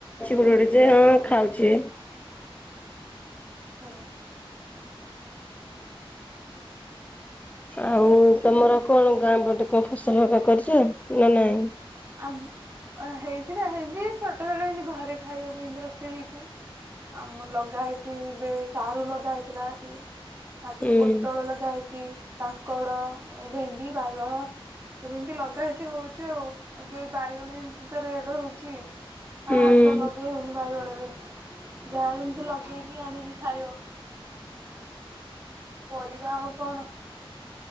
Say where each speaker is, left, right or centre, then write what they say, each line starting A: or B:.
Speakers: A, on the left (about 15°); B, on the right (about 25°).
A: ଗୋଟେ ଗୋଟେ ଯେ ହଁ ଖାଉଛି।
B: ହଁ। ଭଲ
A: ଆଉ ତମର କଣ ଗାଁ ପଟେ କଣ ଫସଲ ହେକା କରିଛ ନା ନାଇଁ?
B: ଆମ ହେଇଛି ନା ଏମତି ଛୋଟ ଛୋଟ ଏମତି ଘରେ ଖାଇଆକୁ ଏମତି ରୋଷେଇ ହେଇଛି। ଆମ ଲଗା ହେଇଛି, ଏବେ ସାରୁ ଲଗାହେଇଥିଲା ଇଠି। ତାପରେ
A: ହୁଁ
B: ପୋଟଳ ଲଗା ହେଇଛି ତାଙ୍କଡ, ଏ ଭେଣ୍ଡି, ବାଇଗଣ ସବୁ ଏମତି ଲଗା ହେଇଛି ହଉଛି ଆଉ। ଏବେ ବାଇଗଣ ଯେମତି ତ ରେଡ ହଉଛି, ଆଉ ହାତ
A: ହୁଁ
B: ଲଗେଇ ହଉନି ବାଇଗଣରେ। ଯାହା ଯେମତି ଲଗେଇକି ଆଣିକି ଖାଇବ। ପରିବା ଆଉ କଣ?